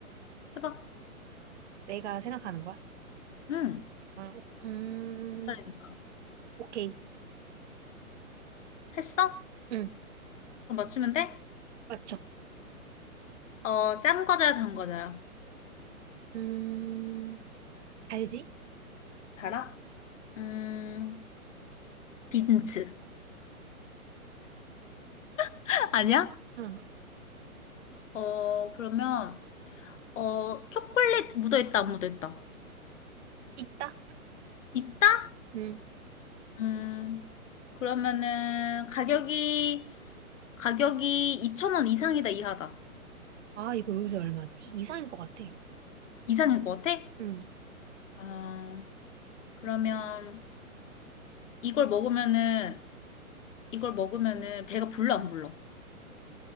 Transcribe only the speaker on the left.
해봐.
응.
그러니까.
했어?
그럼 맞추면 돼?
어, 짠 과자야, 단 과자야?
달아? 음, 빈츠. <laughs> 아니야?
어, 그러면, 어, 초콜릿 묻어있다, 안 묻어있다?
있다?
음, 그러면은, 가격이, 가격이 2천원 이상이다, 이하다.
이상일 것 같아?
아, 그러면 이걸 먹으면은 이걸 먹으면은 배가 불러 안 불러?